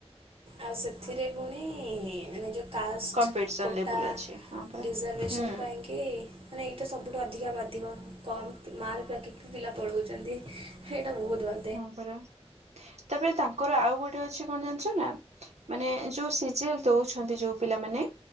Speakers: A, on the right (about 60°); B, on the right (about 85°).
A: ଆଉ ସେଥିରେ ପୁଣି ମାନେ ଯୋଉ କାଷ୍ଟ,
B: କମ୍ପିଟିସନ
A: କୋଟା,
B: ଲେବୁଲ ଅଛି ହଁ ପରା।
A: ଡିଜର୍ଭେସନ୍
B: ହୁଁ
A: ପାଇଁକି କି ମାନେ ଏଇଟା ସବୁଠୁ ଅଧିକା ବାଧିବ କମ୍ ମାର୍କ ରଖିକି ବି ପିଲା ପଳଉଚନ୍ତି। ହେଇଟା ବହୁତ୍ ବା
B: ହଁ ପରା, ତାପରେ ତାଙ୍କର ଆଉ ଗୋଟେ ଅଛି କଣ ଜାଣିଚ ନା? ମାନେ ଯୋଉ ସିଜିଏଲ ଦଉଛନ୍ତି ଯୋଉ ପିଲାମାନେ